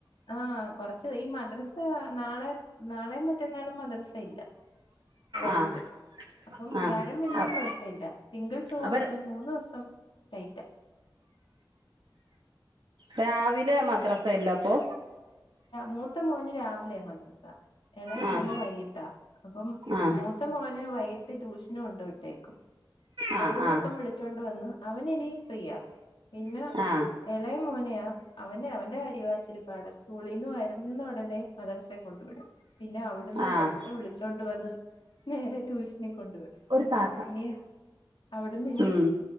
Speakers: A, on the left (about 80°); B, on the right (about 70°).
A: ആഹ് കൊറച്ച് ഈ മദ്രസ നാളെ നാളേം മറ്റന്നാളും മദ്രസ ഇല്ല ആ വൈകിട്ട്
B: ആഹ്
A: അപ്പം
B: ആഹ്
A: വ്യാഴം വെള്ളീം കൊഴപ്പമില്ല തിങ്കൾ ചൊ ങ്കൾ, ചൊവ്വ,
B: അപ്പൊ
A: ബുധൻ മുന്ന് ദിവസം ടൈറ്റാ
B: രാവിലെ മദ്രസ ഇല്ല അപ്പൊ
A: മൂത്ത മോന് രാവിലെയ മദ്രസ ഇളയ
B: ആഹ്
A: മോനെ വൈകിട്ടാ അപ്പം
B: ആഹ്
A: മൂത്ത മോനെ വൈ കിട്ട് ട്യൂഷന് കൊണ്ടു വിട്ടേക്കും
B: ആഹ്
A: അവിടുന്ന് ഇപ്പം വിളിച്ചോണ്ട് വന്ന് അവന് ഇനി ഫ്രീയാ പിന്നെ
B: ആഹ് ആഹ്
A: ഇളയ മോനെയാ അവനെ അവന്റെ കാര്യമാ ഇച്ചിരി പാട് സ്കൂളിൽ നിന്ന് വരുന്ന ഉടനെ മദരസെ കൊണ്ടു വിടും പിന്നെ അവിടുന്ന്
B: ആഹ്
A: തൊട്ട് വിളിച്ചോണ്ട് വന്ന് നേരെ ട്യൂഷനിൽ കൊണ്ടുവിടും
B: ഒരു താത്ത
A: ഇനി അവിടുന്ന് ഇനി
B: ഉം